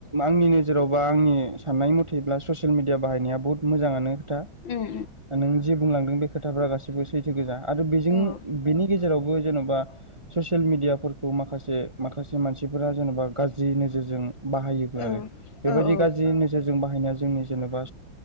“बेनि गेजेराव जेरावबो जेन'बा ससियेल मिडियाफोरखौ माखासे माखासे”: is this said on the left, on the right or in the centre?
Right